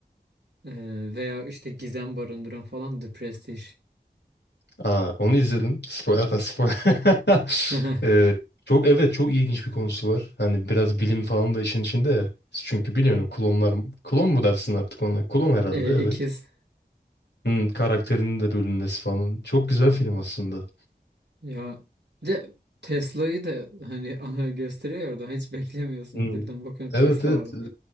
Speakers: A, on the right (about 80°); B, on the left (about 85°).
A: Ee, veya işte gizem barındıran falan The Prestige.
B: Aa, onu izledim. Spoiler, zaten spoiler. <laughs>
A: <laughs>
B: Ee, çok evet çok ilginç bir konusu var. Hani biraz bilim falan da işin içinde ya. Çünkü biliyorsun o klonlar klon mu dersin artık ona? Klon herhalde
A: Ee,
B: evet.
A: ikiz.
B: Hmm, karakterinin de bölünmesi falan. Çok güzel film aslında.
A: Ya bir de Tesla'yı da hani <laughs> gösteriyor ya oradan hiç beklemiyorsun.
B: Hmm.
A: Birden bakıyorsun
B: Evet
A: Tesla
B: evet.
A: var.
B: Ee,